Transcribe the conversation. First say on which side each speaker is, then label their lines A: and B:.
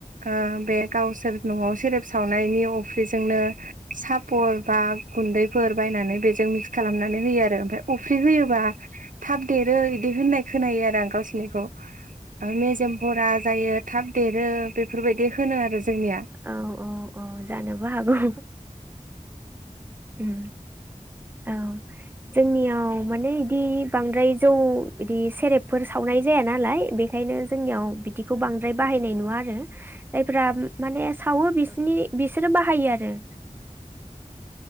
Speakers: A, on the right; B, on the right.
A: ओ बे गावसोर न'आव सेरेब सावनायनि अ फ्रिजोंनो साब पर बा गुन्दैफोर बायनानै बेजों मिक्स खालामनानै होयो आरो ओमफाय अफ्रि होयोबा थाब देरो इदि होननाय खोनायो आरो आं गावसोरनिखौ ओ मेजेम भरा जायो थाब देरो बे फोरबायदि होनो आरो जोंनिया
B: औ औ औ जानोबो हागौ। उम औ जोंनियाव माने इदि बांद्राय जौ बिदि सेरेबफोर सावनाय जाया नालाय बेखायनो जोंनियाव बिदिखौ बांद्राय बाहायनाय नुवा आरो जायफ्रा माने सावो बिसोनि बिसोरो बाहायो आरो